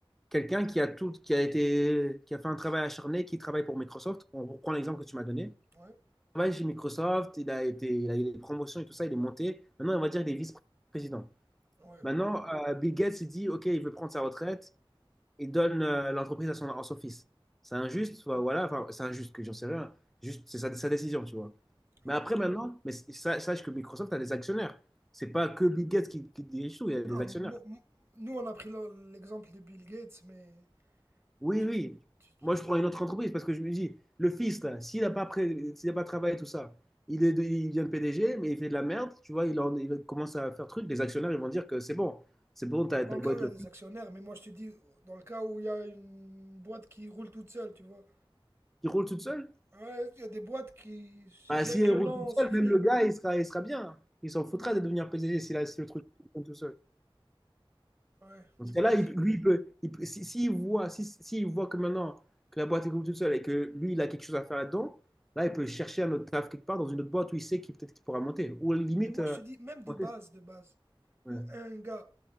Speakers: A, in the centre; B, on the right.
A: quelqu'un qui a tout, qui a été, qui a fait un travail acharné, qui travaille pour Microsoft. On reprend l'exemple que tu m'as donné. Il
B: Ouais,
A: travaille chez Microsoft, il a été, il a eu des promotions et tout ça, il est monté. Maintenant, on va dire il est vice-président.
B: ouais,
A: Maintenant, euh, Bill Gates il dit, ok, il veut prendre sa retraite et donne euh, l'entreprise à son, à son fils. C'est injuste, enfin, voilà, enfin, c'est injuste que j'en sais rien. Juste, c'est sa, sa décision, tu vois. Mais
B: ouais.
A: après, maintenant, mais sa- sache que Microsoft a des actionnaires. C'est pas que Bill Gates qui, qui dirige tout, il y a des
B: Ah,
A: actionnaires.
B: mo- mo- nous, on a pris le- l'exemple de Bill Gates, mais
A: Oui,
B: tu
A: oui.
B: peux, tu- tu-
A: Moi,
B: tu-
A: je prends une autre entreprise parce que je me dis, le fils, là, s'il n'a pas, pré- s'il a pas travaillé tout ça, il est de- il devient PDG, mais il fait de la merde, tu vois, il, en- il commence à faire truc, les actionnaires, ils vont dire que c'est bon, c'est bon, t'as,
B: dans
A: t'as
B: le
A: beau
B: cas
A: être
B: où il y
A: le
B: a des
A: fils,
B: actionnaires, mais moi, je te dis, dans le cas où il y a une boîte qui roule toute seule, tu vois.
A: il roule toute seule.
B: Ouais, il y a des boîtes qui,
A: Bah,
B: rien
A: si
B: que
A: il
B: le
A: roule
B: nom
A: toute seule,
B: suffit.
A: même le gars, il sera, il sera bien. Il s'en foutra de devenir PDG s'il a si le truc fonctionne tout seul.
B: hein. Ouais,
A: Parce
B: tu
A: que
B: penses?
A: là, il- lui, il peut, il peut- si, s'il voit, si, s'il voit que maintenant que la boîte est toute seule et que lui, il a quelque chose à faire là-dedans, là, il peut chercher un autre taf quelque part dans une autre boîte où il sait qu'il peut-être qu'il pourra monter. Ou à la limite,
B: Mais moi,
A: euh,
B: je te dis, même de
A: monter.
B: base, de base,
A: Ouais.
B: où un gars